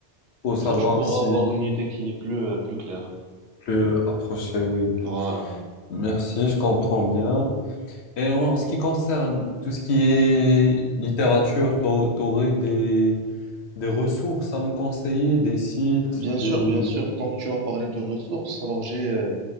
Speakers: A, on the left; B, on the right.
A: pour
B: Comme
A: savoir
B: ça, tu pourras
A: si
B: avoir une idée qui est plus, euh, plus claire.
A: le approcher, oui.
B: Voilà.
A: Merci, je comprends bien. Et en ce qui concerne tout ce qui est littérature, t'au- t'aurais des, des ressources à me conseiller, des sites,
B: Bien
A: des...
B: sûr, bien sûr, tant que tu m'as parlé de ressources, alors j'ai, euh,